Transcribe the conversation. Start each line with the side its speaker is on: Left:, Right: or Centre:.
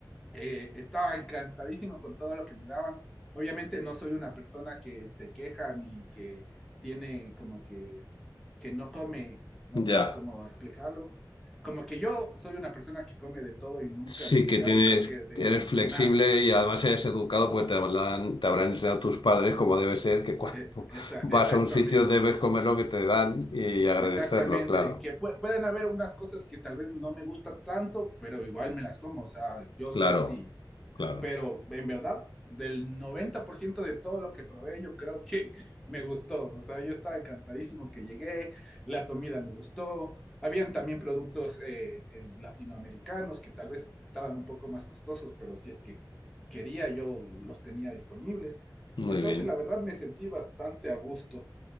Centre: eh, estaba encantadísimo con todo lo que me daban. Obviamente no soy una persona que se queja ni que tiene como que, que no come, no sé
Left: ya.
Centre: cómo explicarlo. Como que yo soy una persona que come de todo y nunca
Left: Sí
Centre: me he quejado,
Left: que tienes,
Centre: creo que de,
Left: eres
Centre: de
Left: flexible
Centre: nada.
Left: y además eres educado, pues te habrán, te habrán enseñado tus padres como debe ser, que cuando
Centre: Eh,
Left: <laughs>
Centre: esa-
Left: vas
Centre: exactamente,
Left: a un sitio debes comer lo que te dan y agradecerlo,
Centre: exactamente.
Left: claro,
Centre: Que pue- pueden haber unas cosas que tal vez no me gustan tanto, pero igual me las como. O sea, yo
Left: claro,
Centre: soy así.
Left: claro.
Centre: pero en verdad, del 90% de todo lo que probé, yo creo que me gustó. O sea, yo estaba encantadísimo que llegué, la comida me gustó. Habían también productos eh, eh, latinoamericanos que tal vez estaban un poco más costosos, pero si es que quería, yo los tenía disponibles.
Left: Muy
Centre: Entonces,
Left: bien.
Centre: la verdad, me sentí bastante a gusto.